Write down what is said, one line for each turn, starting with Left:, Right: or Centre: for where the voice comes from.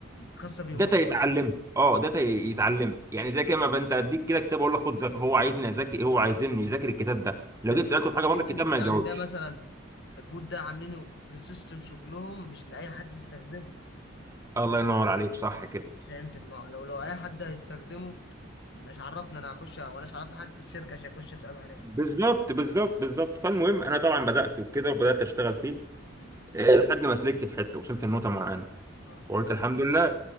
Left: خاصة بيهم
Right: داتا
Left: هم
Right: يتعلمها اه داتا ي- يتعلمها يعني زي كده ما بقى انت اديك كده كتاب اقول لك خد ذاكر هو عايزني اذاكر هو عايزني يذاكر الكتاب ده لو
Left: طب
Right: جيت سالته
Left: إيه ده
Right: في حاجه بره
Left: يمكن
Right: الكتاب ما
Left: يعني
Right: يجاوبش
Left: ده مثلا البوت ده عاملينه لسيستم شغلهم مش لأي حد يستخدمه
Right: الله ينور عليك صح كده
Left: فهمت ما هو لو لو أي حد هيستخدمه مش عرفني انا هخش واناش عرفت حاجه الشركه عشان اخش اساله عليه
Right: بالظبط بالظبط بالظبط فالمهم انا طبعا بدات وكده وبدات اشتغل فيه
Left: مم.
Right: آه، لحد ما سلكت في حته وصلت النقطه معانا
Left: اه
Right: وقلت الحمد لله